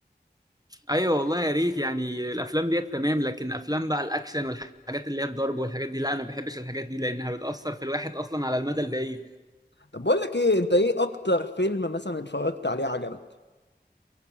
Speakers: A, on the right; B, on the left.
A: ايوه والله يا ريت يعني الافلام ديت تمام لكن افلام بقى الاكشن والحاجات اللي هي الضرب والحاجات دي لا انا ما بحبش الحاجات دي لانها بتاثر في الواحد اصلا على المدى البعيد
B: طب بقول لك إيه أنت إيه أكتر فيلم مثلا اتفرجت عليه عجبك؟